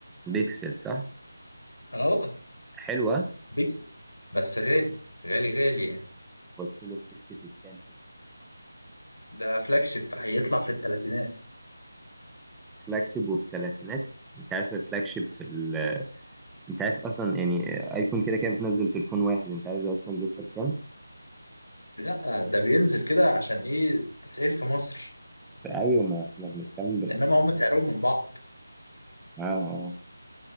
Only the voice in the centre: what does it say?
بيكسل صح؟
حلوة
بص له في سكه الكام كده
فلاج شيب وفي ثلاثينات انت عارف الفلاج شيب في ال... انت عارف اصلا يعني ايفون كده كده بتنزل تليفون واحد انت عارف ده اصلا بيوصل كام؟
ايوه ما احنا بنتكلم بالاسعار
اه اه